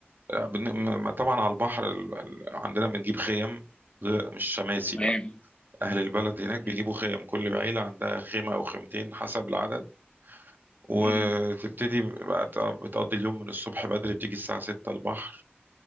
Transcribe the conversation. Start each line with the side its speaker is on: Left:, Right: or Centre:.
Right: بن- م- طبعا على البحر ال- ال- عندنا بنجيب خيم غ- مش شماسي
Left: تمام
Right: بقى أهل البلد هناك بيجيبوا
Left: مم.
Right: خيم كل عيلة عندها خيمة أو خيمتين حسب العدد وتبتدي
Left: مم.
Right: بقى ت- بتقضي اليوم من الصبح بدري بتيجي الساعة 6 البحر